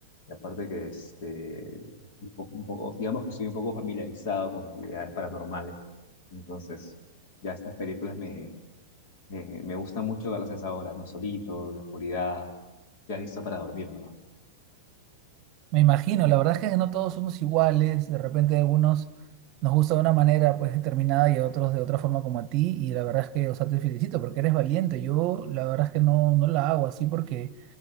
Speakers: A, on the left (about 50°); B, on the right (about 35°).
A: Y aparte que este, un po- un poco, digamos que estoy un poco familiarizado con actividades paranormales. Entonces, ya estas películas me, me, me gustan mucho verlas a esa hora, ¿no? Solito, en la oscuridad, ya listo para dormir, ¿no?
B: Me imagino, la verdad es que no todos somos iguales, de repente a algunos nos gusta de una manera pues determinada y a otros de otra forma como a ti y la verdad es que, o sea, te felicito porque eres valiente, yo la verdad es que no, no la hago así porque